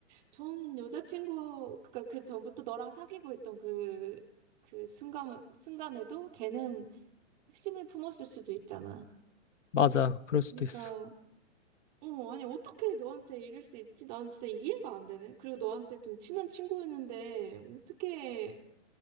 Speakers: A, on the right; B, on the left.
A: 전 여자친구, 그니까 그 전부터 너랑 사귀고 있던 그, 그 순간, 순간에도 걔는 핵심을 품었을 수도 있잖아.
B: 맞아. 그럴 수도
A: 그러니까,
B: 있어.
A: 어, 아니, 어떻게 너한테 이럴 수 있지? 나는 진짜 이해가 안 되네. 그리고 너한테 좀 친한 친구였는데 어떻게